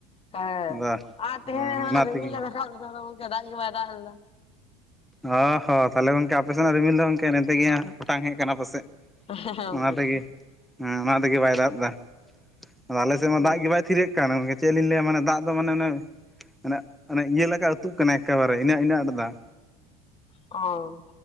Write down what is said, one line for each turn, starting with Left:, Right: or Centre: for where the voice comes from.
Left: ᱦᱮ
Centre: ᱟᱫᱚ
Left: ᱟᱨ ᱛᱮᱦᱮᱧ
Centre: ᱦᱩᱸ
Left: ᱦᱟᱸᱜ
Centre: ᱚᱱᱟ
Left: ᱨᱤᱢᱤᱞᱮ
Centre: ᱛᱮᱜᱮ
Left: ᱨᱟᱠᱟᱜ ᱞᱮᱫᱟ ᱟᱫᱚᱝᱠᱮ ᱫᱟᱜ ᱜᱮ ᱵᱟᱭ ᱫᱟᱜ ᱞᱮᱫᱟ᱾
Centre: ᱚ ᱦᱚᱸ ᱛᱟᱦᱚᱞᱮ ᱜᱚᱝᱠᱮ ᱟᱯᱮ ᱥᱮᱱᱟᱜ ᱨᱤᱢᱤᱞ ᱫᱚ ᱜᱚᱝᱠᱮ ᱱᱛᱮᱜ ᱜᱮ ᱦᱟᱸᱜ ᱚᱴᱟᱝ ᱦᱮᱜ ᱠᱟᱱᱟ ᱯᱟᱥᱮᱜ
Left: ᱦᱮᱸ ᱜᱚᱝᱠᱮ
Centre: ᱚᱱᱟ ᱛᱮᱜᱮ ᱦᱮᱸ ᱚᱱᱟ ᱛᱮᱜᱮ ᱵᱟᱭ ᱫᱟᱜ ᱮᱫᱟ ᱟᱫᱚ ᱟᱞᱮᱥᱮᱫ ᱢᱟ
Left: ᱦᱩᱸ
Centre: ᱫᱟᱜ ᱜᱮ ᱵᱟᱭ ᱛᱷᱤᱨᱮᱜ ᱠᱟᱱᱟ ᱜᱚᱝᱠᱮ ᱪᱮᱫ ᱞᱤᱧ ᱞᱟᱹᱭᱟ ᱢᱟᱱᱮ ᱫᱟᱜ ᱫᱚ ᱢᱟᱱᱮ ᱚᱱᱮ ᱢᱟᱱᱮ ᱚᱱᱮ ᱤᱭᱟᱹ ᱞᱮᱠᱟ ᱟᱹᱛᱩᱜ ᱠᱟᱱᱟ ᱮᱠᱮᱵᱟᱨᱮ ᱤᱱᱟᱹ ᱤᱱᱟᱹ ᱟᱸᱴ ᱫᱟᱜ᱾
Left: ᱚ